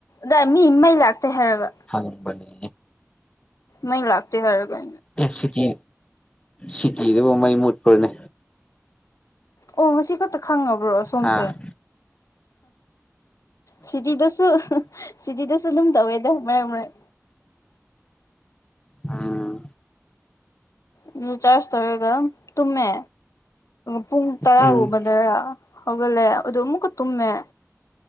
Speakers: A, on the left (about 85°); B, on the left (about 20°).
A: ꯗꯦ ꯃꯤ ꯃꯩ ꯂꯥꯛꯇꯦ ꯍꯥꯏꯔꯒ꯫
B: ꯍꯪꯄꯥꯅꯦ꯫
A: ꯃꯩ ꯂꯥꯛꯇꯦ ꯍꯥꯏꯔꯒ꯫
B: ꯑꯦ ꯁꯤꯇꯤ ꯁꯤꯇꯤꯗꯕꯨ ꯃꯩ ꯃꯨꯠꯄ꯭ꯔꫭꯅꯦ꯫
A: ꯑꯣ ꯉꯁꯤ ꯈꯛꯇ ꯈꯪꯉꯕ꯭ꯔꯣ ꯁꯣꯝꯁꯦ꯫
B: ꯍꯥ
A: ꯁꯤꯇꯤꯗꯁꯨ ꯁꯤꯇꯤꯗꯁꯨ ꯑꯗꯨꯝ ꯇꯧꯋꯦꯗ ꯃꯔꯛ ꯃꯔꯛ꯫
B: ꯑꯥ꯫
A: ꯎꯝ ꯆꯥꯔꯖ ꯇꯧꯔꯒ ꯇꯨꯝꯃꯦ ꯄꯨꯡ ꯇꯔꯥꯒꯨꯝꯕꯗꯔꯥ꯫
B: ꯎꯝ
A: ꯍꯧꯒꯠꯂꯦ ꯑꯗꯨ ꯃꯨꯛꯀ ꯇꯨꯝꯃꯦ꯫